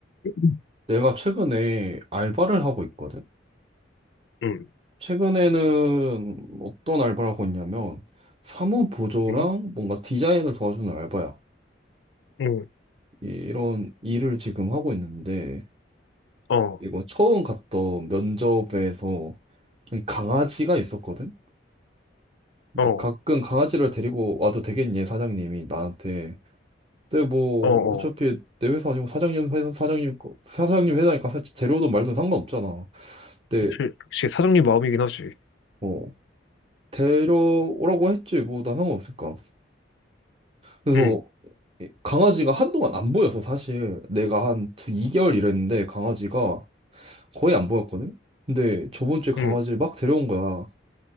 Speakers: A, on the left; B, on the right.
A: 응,
B: 내가 최근에 알바를 하고 있거든?
A: 응,
B: 최근에는 어떤 알바를 하고 있냐면, 사무 보조랑
A: 응,
B: 뭔가 디자인을 도와주는 알바야.
A: 응,
B: 이- 이런 일을 지금 하고 있는데,
A: 어,
B: 이거 처음 갔던 면접에서 강아지가 있었거든? 근데
A: 어,
B: 가끔 강아지를 데리고 와도 되겠니? 사장님이 나한테. 근데 뭐,
A: 어, 어.
B: 어차피 내 회사 아니고 사장님 회사, 사장님, 거- 사장님 회사니까 사- 데려오든 말든 상관없잖아. 근데
A: 역시, 역시 사장님 마음이긴 하지.
B: 뭐 데려오라고 했지 뭐 난 상관없을까 그래서
A: 응,
B: 이 강아지가 한동안 안 보여서 사실 내가 한 2개월 일했는데 강아지가 거의 안 보였거든 근데 저번 주에 강아지를
A: 응,
B: 막 데려온 거야